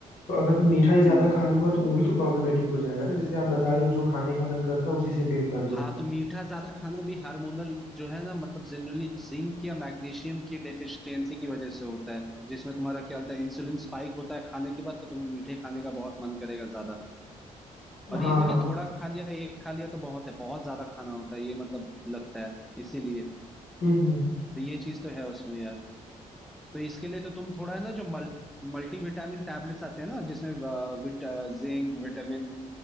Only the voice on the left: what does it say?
तो अगर मैं मीठा ही ज्यादा
खा लूंगा तो वो भी तो प्रॉब्लमेटिक हो जाएगा ना जैसे आप बता रहे हो जो खाने का मन करता है उसी से पेट भर लो
हाँ
हाँ
हम्म हम्म